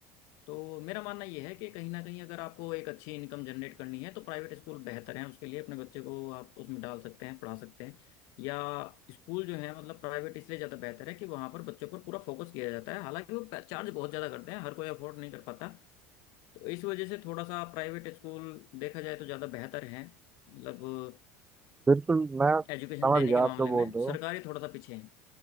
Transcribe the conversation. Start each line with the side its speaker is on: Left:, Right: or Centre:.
Left: तो मेरा मानना यह है कि कहीं ना कहीं अगर आपको एक अच्छी इनकम जनरेट करनी है तो प्राइवेट स्कूल बेहतर है उसके लिए अपने बच्चे को आप उसमें डाल सकते हैं पढ़ा सकते हैं या स्कूल जो है मतलब प्राइवेट इसलिए ज़्यादा बेहतर है कि वहाँ पर बच्चों पर पूरा फोकस किया जाता है हालांकि वो चार्ज बहुत ज़्यादा करते हैं हर कोई अफोर्ड नहीं कर पाता तो इस वजह से थोड़ा सा प्राइवेट स्कूल देखा जाए तो ज़्यादा बेहतर है मतलब
Right: बिल्कुल मैं समझ
Left: एजुकेशन देने
Right: गया
Left: के मामले
Right: आप जो बोल
Left: में
Right: रहे हो
Left: सरकारी थोड़ा सा पीछे है